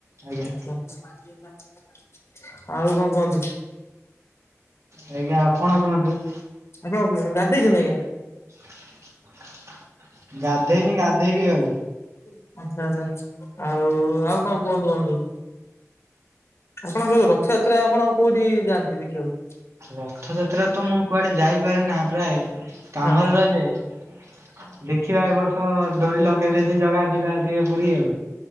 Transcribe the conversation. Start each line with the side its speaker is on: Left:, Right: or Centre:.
Right: ଆଜ୍ଞା
Left: ଆଚ୍ଛା, ଆଉ କଣ କୁହନ୍ତୁ?
Right: ଆଜ୍ଞା ଆପଣ କୁହନ୍ତୁ।
Left: ଆପଣ ଗାଧେଇଛନ୍ତି ଆଜ୍ଞା?
Right: <inaudible> ଗାଧେଇନି
Left: ଆଚ୍ଛା
Right: ଗାଧେଇବି ଆଉ
Left: ଆଚ୍ଛା ଆଉ, ଆଉ କଣ କୁହନ୍ତୁ ବନ୍ଧୁ? ଆପଣଙ୍କର ରଥଯାତ୍ରା ଆପଣ କୋଉଠି ଯାଆନ୍ତି ଦେଖିବାକୁ?
Right: ରଥଯାତ୍ରା ତ ମୁଁ କୁଆଡେ ଯାଇପାରେ ନା ପ୍ରାୟେ କାମରେ
Left: ହଁ
Right: ରହିଯାଏ। ଦେଖିବା ଏ ବର୍ଷ ଡୋରି ଲଗେଇବେ, ଯଦି ଜଗା ଯିବା ଟିକେ ପୁରୀ।